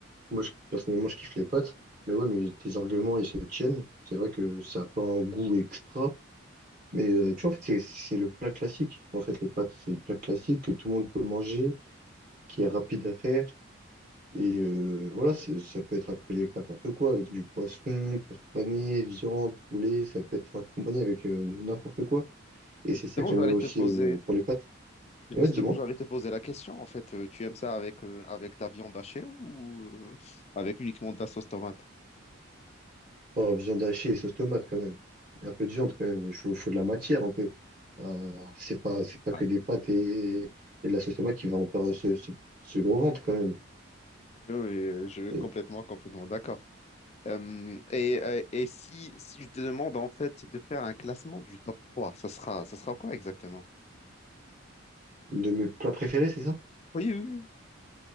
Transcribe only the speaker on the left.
Justement,
j'allais
te poser,
justement,
j'allais te poser la question. En fait, Euh, tu aimes ça avec, euh, avec de la viande hachée ou euh, avec uniquement de la sauce tomate?
Ah,
Oui, oui, euh, je
complètement, complètement d'accord. Euh, et euh, et si, si je te demande en fait de faire un classement du top 3 ça sera, ça sera quoi exactement?
Oui, oui, oui.